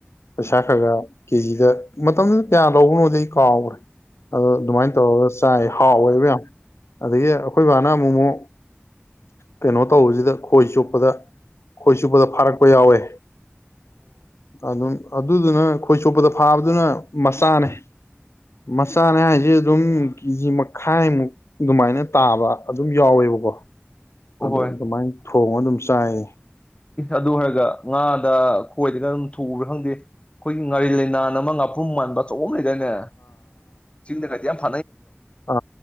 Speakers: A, on the left (about 80°); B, on the left (about 25°).
A: ꯄꯩꯁꯥ ꯈꯔ ꯈ ꯀꯦꯖꯤꯗ ꯃꯇꯝꯗꯨ ꯀꯌꯥ ꯂꯧꯕꯅꯣꯗꯤ ꯑꯩ ꯀꯥꯎꯒꯔꯦ ꯑꯗꯣ ꯑꯗꯨꯃꯥꯏꯅ ꯇꯧꯔꯒ ꯆꯥꯏ ꯍꯥꯎꯋꯦꯕ ꯌꯥꯝ ꯑꯗꯩꯗꯤ ꯑꯩꯈꯣꯏ ꯅ ꯃꯣꯃꯣ ꯀꯩꯅꯣ ꯇꯧꯕꯖꯤꯗ ꯈꯣꯏ ꯆꯣꯞꯄꯗ ꯈꯣꯏ ꯆꯨꯞꯄꯗ ꯐꯥꯔꯛꯄ ꯌꯥꯎꯋꯦ ꯑꯗꯨꯝ ꯑꯗꯨꯗꯨꯅ ꯈꯣꯏ ꯆꯣꯄꯗ ꯐꯥꯕꯗꯨꯅ ꯃꯆꯥꯅꯦ ꯃꯆꯥꯅꯦ ꯍꯥꯏꯖꯤ ꯑꯗꯨꯝ ꯀꯦꯖꯤ ꯃꯈꯥꯏꯃꯨꯛ ꯑꯗꯨꯃꯥꯏꯅ ꯇꯥꯕ ꯑꯗꯨꯝ ꯌꯥꯎꯋꯦꯕꯀꯣ ꯑꯗ
B: ꯍꯣꯏ
A: ꯑꯗꯨ ꯃꯥꯏ ꯊꯣꯡ ꯑꯗꯨꯝ ꯆꯥꯏ
B: ꯑꯗꯨ ꯑꯣꯏꯔꯒ ꯉꯥꯗ ꯈꯣꯏꯗꯒ ꯑꯗꯨꯝ ꯊꯨꯎꯕ꯭ꯔꯥ ꯈꯪꯗꯦ ꯑꯩꯈꯣꯏꯒꯤ ꯉꯥꯔꯤ ꯂꯩꯥꯏꯅꯥꯟ ꯑꯃ ꯉꯥꯄ꯭ꯔꯨꯝ ꯃꯥꯟꯕ ꯆꯑꯣꯣꯡꯉꯗꯪꯅꯦ ꯆꯤꯡꯗ ꯀꯗꯤ ꯌꯥꯝ ꯐ
A: ꯑ